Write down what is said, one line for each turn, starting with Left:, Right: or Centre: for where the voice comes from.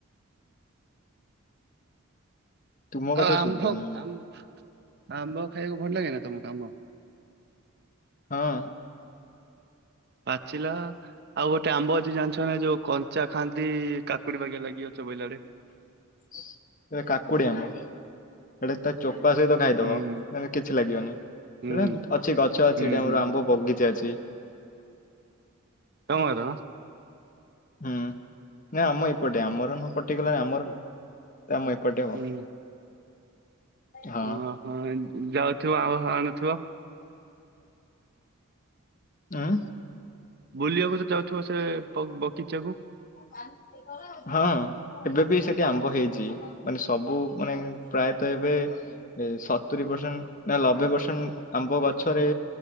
Left: ତୁମ କଥା
Right: ଅ ଆମ୍ଭ
Left: ଶୁଭୁନି ମତେ।
Right: ଆମ୍ ଆମ୍ବ ଖାଇବାକୁ ଭଲ ଲାଗେ ନା ତମକୁ ଆମ?
Left: ହଁ।
Right: ପାଚିଲା ଆଉ ଗୋଟେ ଆମ୍ବ ଅଛି ଜାଣିଛ ନା ଯୋଉ କଞ୍ଚା ଖାଆନ୍ତି। କାକୁଡି ବାଗିଆ ଲାଗିବ ଚୋବେଇଲା ବେଳେ।
Left: ସେଟା କାକୁଡି ଆମ୍ବ ସେଟା ତା ଚୋପା ସହିତ। ଖାଇଦବ
Right: ହୁଁ
Left: ମାନେ କିଛି ଲାଗିବନି
Right: ହୁଁ
Left: ପୁରା ଅଛି ଗଛ ଅଛି
Right: ହୁଁ
Left: ଏଇଠି ଆମର
Right: ହୁଁ
Left: ଆମ୍ବ ବଗିଚା ଅଛି।
Right: ତମର।
Left: ହୁଁ ନା ଆମ ଏପଟେ ଆମର ନୁହଁ ପର୍ଟିକୁଲାର୍ ଆମର ନୁହଁ। ଆମ ଏପଟେ ଆଉ।
Right: ହୁଁ
Left: ହଁ
Right: ଓହୋ ଯାଉଥିବ ଆମ୍ବ ଆଣୁଥିବା।
Left: ଆଁ?
Right: ବୁଲିବାକୁ ତ ଯାଉଥିବ ସେ ବଗିଚାକୁ।
Left: <unintelligible> ହଁ ଏବେ ବି ସେଠି ଆମ୍ବ ହେଇଛି ମାନେ ସବୁ ମାନେ ପ୍ରାୟତଃ ଏବେ। ଏ ସତୁରି ପରସେଣ୍ଟ୍। ନା ଲବେପରସେଣ୍ଟ୍ ଆମ୍ବ ଗଛରେ